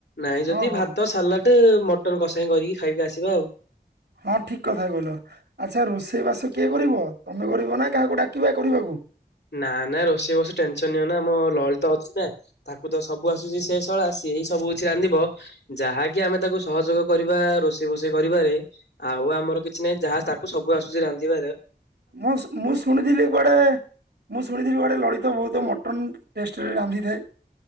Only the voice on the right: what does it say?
ହଁ ହଁ
ହଁ ଠିକ କଥା କହିଲ। ଆଚ୍ଛା ରୋଷେଇ ବାସ କିଏ କରିବ? ତମେ କରିବ ନା କାହାକୁ ଡାକିବା କରିବାକୁ?
ମୁଁ ମୁଁ ଶୁଣିଥିଲି କୁଆଡେ ମୁଁ ଶୁଣିଥିଲି କୁଆଡ଼େ ଲଳିତ ବହୁତ ମଟନ୍ ଟେଷ୍ଟରେ ରାନ୍ଧିଥାଏ।